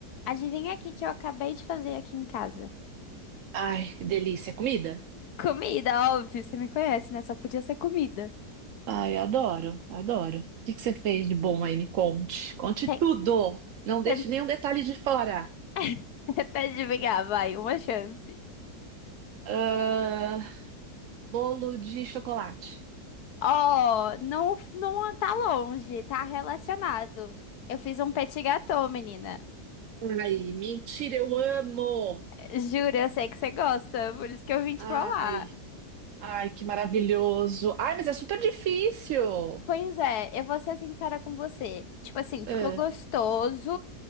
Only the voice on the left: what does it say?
Adivinha aqui que eu acabei de fazer aqui em casa.
Comida, óbvio, você me conhece, né? Só podia ser comida.
Tem-
tem-
<laughs> Tenta adivinhar, vai, uma chance.
Oh, não, não tá longe, tá relacionado. Eu fiz um petit gâteau, menina.
Juro, eu sei que você gosta, por isso que eu vim te
falar.
Pois é, eu vou ser sincera com você. Tipo assim,
ficou gostoso,